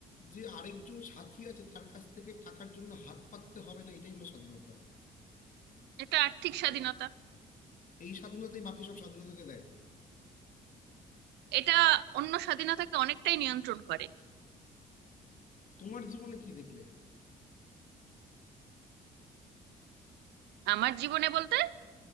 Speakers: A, on the left; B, on the right.
A: যে আরেকজন সাথী আছে তার কাছ থেকে টাকার জন্য হাত পাততে হবে না এটাই হলো স্বাধীনতা
B: এটা আর্থিক স্বাধীনতা
A: এই স্বাধীনতাই বাকি সব স্বাধীনতাকে দেয়
B: এটা অন্য স্বাধীনতাকে অনেকটাই নিয়ন্ত্রণ করে
A: তোমার জীবনে কি দেখলে
B: আমার জীবনে বলতে